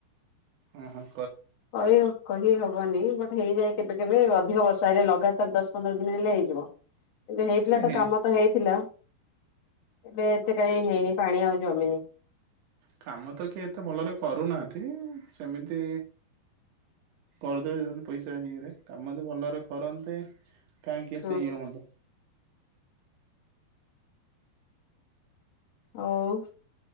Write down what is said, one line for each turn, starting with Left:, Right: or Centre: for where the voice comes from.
Right: ଅଁ, ହଁ।
Left: କଇହ କହି ହବନି। ବଟ୍ ହେଇଯାଏ କେବେ କେବେ ଅଧିକ ବର୍ଷା ହେଲେ ଲଗାତାର ଦଶ ପନ୍ଦର ଦିନ ହେଲେ ହେଇଯିବ। ଏବେ ହେଇଥିଲା
Right: ସେ
Left: ତ
Right: ହେଇଛି।
Left: କାମ ତ ହେଇଥିଲା। ଏବେ ଏତେ କାହିଁ ହେଇନି ପାଣି ଆଉ ଜମିନି
Right: କାମ ତ କିଏ ଏତେ ଭଲରେ କରୁନାହାନ୍ତି। ସେମିତି କରିଦେଅନ୍ ପଇସା ଇଏରେ କାମ ଯଦି ଭଲରେ କରନ୍ତେ କାହିଁକି ଏତେ
Left: ହୁଁ
Right: ଇଏ ହୁଅନ୍ତା।
Left: ଆଉ